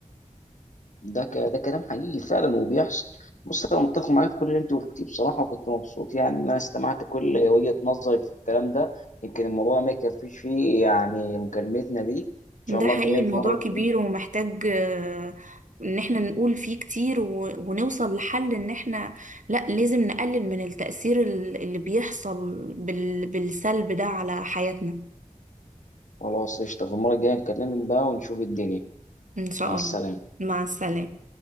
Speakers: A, on the left (about 70°); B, on the right (about 70°).
A: ده ك... ده كلام حقيقي فعلا وبيحصل بص انا متفق معاك في كل اللي انت قلتيه بصراحه وكنت مبسوط يعني ان انا استمعت كل وجهه نظرك في الكلام ده يمكن الموضوع ما يكفيش فيه يعني مكالمتنا دي ان شاء
B: ده
A: الله
B: حقيقي
A: اكلمك
B: الموضوع
A: مره
B: كبير ومحتاج آه، ان احنا نقول فيه كتير و- ونوصل لحل ان احنا لا لازم نقلل من التأثير ال- اللي بيحصل بال- بالسلب ده على حياتنا
A: خلاص قشطه في المره الجايه نكلمك بقى ونشوف الدنيا
B: ان شاء
A: مع السلامه
B: الله مع السلامة